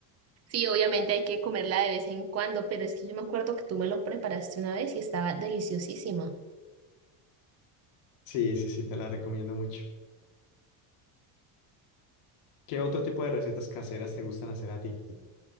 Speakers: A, on the right (about 35°); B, on the left (about 80°).
A: Sí, obviamente hay que comerla de vez en cuando, pero es que yo me acuerdo que tú me lo preparaste una vez y estaba deliciosísima.
B: Sí, sí, sí, te la recomiendo mucho. ¿Qué otro tipo de recetas caseras te gustan hacer a ti?